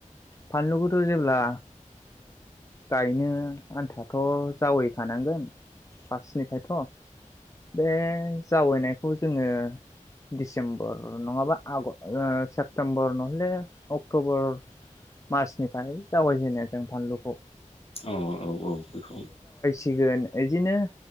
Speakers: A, on the left; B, on the left.
A: फानलुखौथ' जेब्ला गायनो आन्थाथ' जावैखानांगोन फार्टनिफ्रायथ' बे जावैनायखौ जोङो सेप्तेम्बर नङाबा सेप्तेम्बर नहले अक्ट'बर मार्चनिफ्राय जावायजेनो जों फानलुखौ
B: औ औ औ बेखौ
A: सिगोन बिदिनो